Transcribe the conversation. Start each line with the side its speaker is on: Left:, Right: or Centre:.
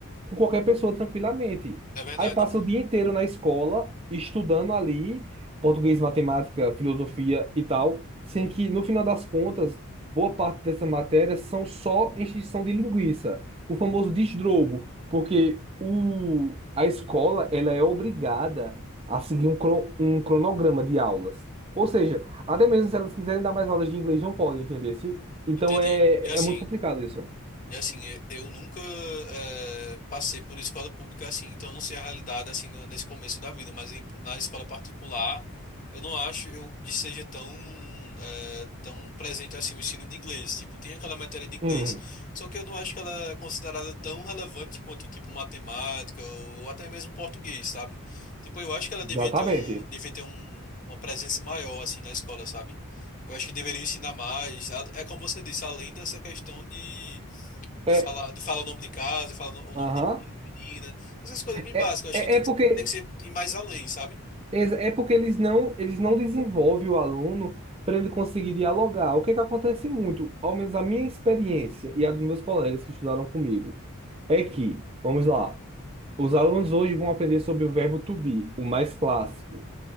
Right: com qualquer pessoa tranquilamente.
Left: É verdade.
Right: Aí passa o dia inteiro na escola, estudando ali, português, matemática, filosofia e tal, sendo que, no final das contas, boa parte dessas matérias são só encheção de linguiça. O famoso desdrobo, porque o, a escola ela é obrigada a seguir um, cro- um cronograma de aulas. Ou seja, até mesmo se elas quiserem dar mais aulas de inglês, não podem, entender? Se- Então
Left: Entendi.
Right: é,
Left: E assim.
Right: é muito complicado isso.
Left: E assim, e- eu nunca eh, passei por escola pública assim, então eu não sei a realidade assim no- nesse começo da vida, mas em- na escola particular, eu não acho eu que seja tão eh, tão presente assim o ensino de inglês. Tipo, tem aquela matéria de inglês,
Right: Hum,
Left: só que eu não acho que ela é considerada tão relevante quanto tipo matemática ou até mesmo português, sabe? Tipo, eu acho que ela
Right: exatamente.
Left: devia ter um devia ter um, uma presença maior assim na escola, sabe? Eu acho que deveria ensinar mais. A- É como você disse, além dessa questão de de
Right: É,
Left: falar, de falar o nome de casa, falar o
Right: aham.
Left: nome de menino, menina. Essas coisas bem
Right: É,
Left: básicas. Eu acho
Right: é,
Left: que tem
Right: é porque
Left: que, tem que ser ir mais além, sabe?
Right: ex- é porque eles não eles não desenvolvem o aluno para ele conseguir dialogar. O que é que acontece muito, ao menos a minha experiência e a dos meus colegas que estudaram comigo, é que, vamos lá, os alunos hoje vão aprender sobre o verbo to be, o mais clássico.